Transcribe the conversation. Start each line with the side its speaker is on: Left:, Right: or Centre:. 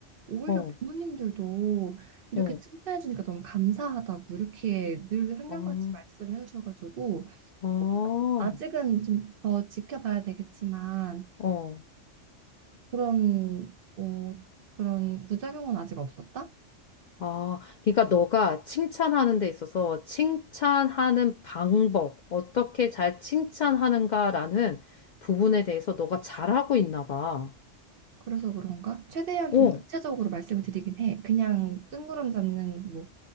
Right: 오히려
Left: 어,
Right: 부모님들도 이렇게
Left: 어,
Right: 칭찬해 주니까 너무 감사하다고 이렇게 늘 한결같이
Left: 아,
Right: 말씀을 해 주셔가지고
Left: 아,
Right: 어, 아직은 좀 더 지켜봐야 되겠지만
Left: 어,
Right: 그런, 어, 그런 부작용은 아직 없었다?
Left: 아. 그러니까 너가 칭찬하는 데 있어서 칭찬하는 방법, 어떻게 잘 칭찬하는가라는 부분에 대해서 너가 잘하고 있나 봐.
Right: 그래서 그런가? 최대한
Left: 어,
Right: 좀 구체적으로 말씀을 드리긴 해. 그냥 뜬구름 잡는, 뭐,